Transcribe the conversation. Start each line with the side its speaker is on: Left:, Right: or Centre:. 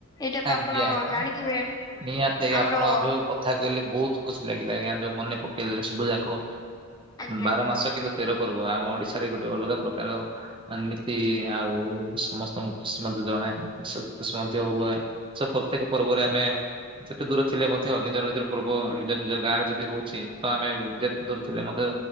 Left: ଏଇଟା
Right: ଆଜ୍ଞା
Left: ତ ଆପଣ
Right: ଆଜ୍ଞା
Left: ଜାଣିଥିବେ
Right: ନିହାତି ଆଜ୍ଞା
Left: ଆମର
Right: ଆପଣ ଯୋଉ କଥା କହିଲେ ବହୁତ ଖୁସି ଲାଗିଲା ଆଜ୍ଞା ଯୋଉ ମନେ ପକେଇ ଦେେଲେ ସବୁ ଯାକ
Left: ଆଜ୍ଞା
Right: ବାର
Left: ଆଜ୍ଞା।
Right: ମାସ କିନ୍ତୁ ତେର ପର୍ବ ଆମ ଓଡିଶାରେ ଗୋଟେ ଅଲଗା ପ୍ରକାର ଏମିତି ଆଉ ସମସ୍ତଙ୍କୁ ଖୁସି ମଧ୍ୟ ଜଣାଏ ଖୁସି ମଧ୍ୟ ହୁଏ ସେ ପ୍ରତ୍ୟେକ ପର୍ବରେ ଆମେ ଯେତେ ଦୂର ଥିଲେ ମଧ୍ୟ ନିଜ ନିଜର ପୂର୍ବ ନିଜ ନିଜ ଗାଁରେ ଯଦି ହଉଛି ତ ଆମେ ଯେତେ ଦୂର ଥିଲେ ମଧ୍ୟ